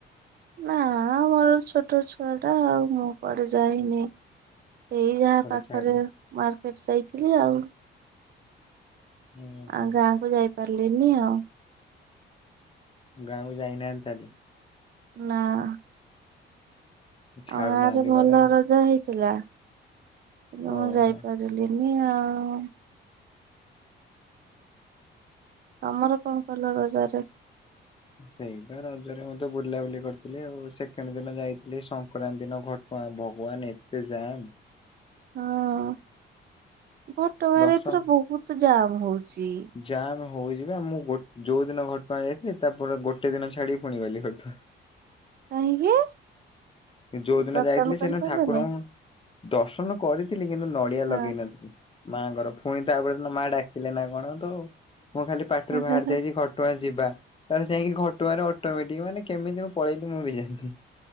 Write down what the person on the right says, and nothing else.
ନା ମୋର ଛୋଟ ଛୁଆଟା ଆଉ ମୁଁ କୁଆଡେ ଯାଇନି। ଏଇ ଯାହା
ପାଖରେ
ମାର୍କେଟ ଯାଇଥିଲି ଆଉ
ଆଁ ଗାଁଆକୁ ଯାଇପାରିଲିନି ଆଉ।
ନାଁ।
ଆମ ଗାଁଆରେ ଭଲ
ରଜ ହେଇଥିଲା। ମୁଁ
ଯାଇପାରିଲିନି ଆଉ। ତମର କଣ କଲ ରଜରେ?
ହଁଅ, ଘଟଗାଁରେ
ଏଥର ବହୁତ ଜାମ୍ ହଉଚି।
କାହିଁକି?
ଦର୍ଶନ
କରିପାରିଲନି?
ହଁ
ହେଁ
ହେଁ ହେଁ